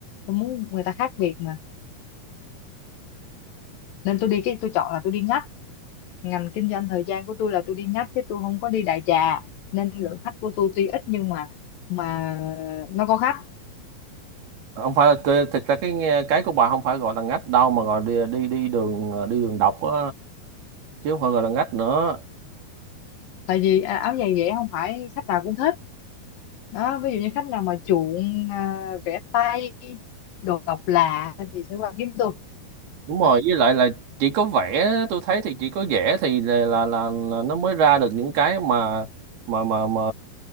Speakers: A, on the left (about 70°); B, on the right (about 85°).
A: tôi muốn người ta khác biệt mà nên tôi đi cái tôi chọn là tôi đi ngách ngành kinh doanh thời gian của tôi là tôi đi ngách chứ tôi không có đi đại trà nên lượng khách của tôi tuy ít nhưng mà mà nó có khách
B: không phải là cái- thực ra cái nghe- cái của bà không phải gọi là ngách đâu mà gọi đi đi đi đường ờ, đi đường độc á chứ không phải gọi là ngách nữa
A: tại vì à, áo giày dễ không phải khách nào cũng thích đó ví dụ như khách nào mà chuộng à, vẽ tay đồ độc lạ thì sẽ qua kiếm tôi
B: đúng rồi
A: Đó,
B: với lại là chỉ có vẽ tôi thấy thì chỉ có vẽ thì là là, là, là nó mới ra được những cái mà mà mà mà